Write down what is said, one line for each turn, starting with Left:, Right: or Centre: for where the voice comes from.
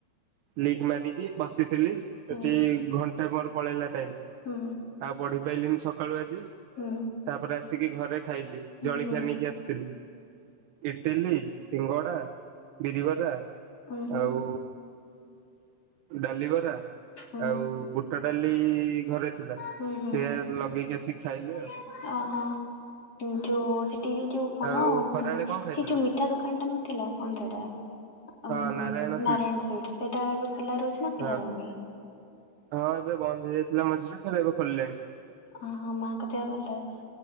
Right: ଲପ୍ଟ ମାଗିକି ବସି ଥିଲି
Left: ହଁ
Right: ସେଠୀ ଘ ମୋର ପଳେଇଲା ଟାଇମ୍।
Left: ହୁଁ।
Right: ଆଉ ପଢି ପାଇଲିିନି ସକାଳୁ ଆଜି
Left: ହୁଁ
Right: ତାପରେ କି ଘରେ ଖାଇଲି
Left: ହୁଁ
Right: ଜଳଖିଆ
Left: ହୁଁ ହୁଁ।
Right: ନେଇକି ଆସିଥିଲି ଇଟିଲି ସିଙ୍ଗଡ଼ା, ବିରିବରା
Left: ହୁଁ ହୁଁ ହୁଁ
Right: ଆଉ ଡାଲି ବରା
Left: ହୁଁ ହୁଁ
Right: ଆଉ ଗୋଟ ଗୋଟା ଡ଼ାଲି ଘରେ ଥିଲା
Left: ହୁଁ ହୁଁ
Right: ସେଆ ଲଗେଇକି ଆସିକି ଖାଇଲି
Left: -
Right: ଆଉ।
Left: ଓହୋ ଯୋଉ ସେ ଯୋଉ କଣ
Right: ଆଉ ଖରାବେଳେ କଣ
Left: ସେ
Right: ଖାଇଥିଲ?
Left: ଯୋଉ ମିଠା ଦୋକାନଟା ନଥିଲା କଣ ସେଇଟା
Right: ହଁ ସୁଇଟ୍ସ।
Left: ନାରାୟଣ ସୁଇଟ। ସେଇଟା ଏବେ ଖୋଲା ରହୁଛି ନା
Right: ହଁ
Left: ଖୋଲା ରହୁନି?
Right: ହଁ ଏବେ ବନ୍ଦ ହେଇଯାଇଥିଲା ମଝିରେ ଫେରେ ଏବେ ଖୋଲିଲେଣି।
Left: ଆହା, ମାଙ୍କ ଦେଆ ଭଲ ଅଛି?